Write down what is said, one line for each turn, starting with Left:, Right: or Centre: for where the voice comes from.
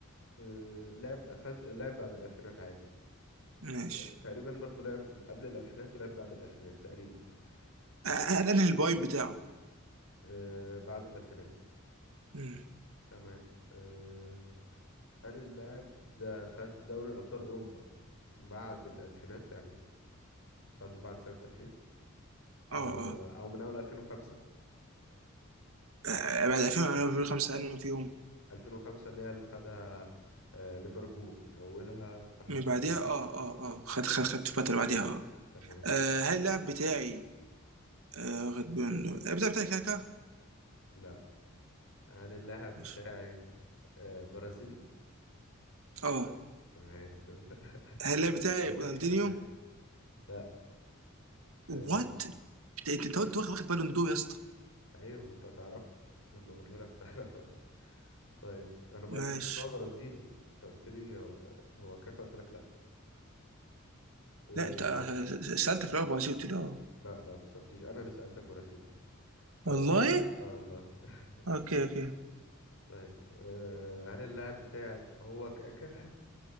Left: آه، لعب خد لعب بعد الألفينات عادي
Right: ماشي
Left: ما- تقريبا برضو لعب قبل الألفينات ولعب بعد الألفينات تقريبا تمام
Right: آه، انا أنا البوينت بتاعه
Left: آه بعد الألفينات
Right: مم.
Left: تمام آه قال اللاعب ده خد دوري أبطال أوروبا بعد الألفينات يعني خده بعد سنة 2000
Right: اه
Left: أو
Right: اه
Left: أو من أول 2005
Right: آه، بعد 2005 انا فيهم
Left: 2005 اللي هي اللي خدها آه ليفربول من أولها لحد
Right: من بعديها
Left: بقى
Right: اه اه اه خد خد خدت فترة بعديها اه
Left: تمام
Right: آه، هل اللاعب بتاعي آه واخد بالون دور اللاعب بتاعي بتاعي كاكا
Left: لا هل اللاعب بتاعي
Right: ماشي.
Left: آه برازيلي
Right: اه
Left: تمام <laughs>
Right: هل اللاعب بتاعي
Left: أنا
Right: رونالدينيو
Left: شاكك في حاجة لا آه،
Right: وات انت انت أنت قلت واخد واخد بالون دور يا اسطى
Left: ايوه ما انت هتعرفه لما اقوله لك هتعرفه <laughs> طيب انا ما قلتلكش
Right: ماشي
Left: ان هو برازيلي انت قلت لي هو هو كاكا قلت لك لا أه...
Right: لا انت آه، سألت في الاول برازيل قلت لي اه
Left: لا لا ما سالتيش انا اللي سالتك برازيلي طيب
Right: والله
Left: اه والله <laughs>
Right: اوكي اوكي
Left: طيب أه... هل اللاعب بتاعي هو كاكا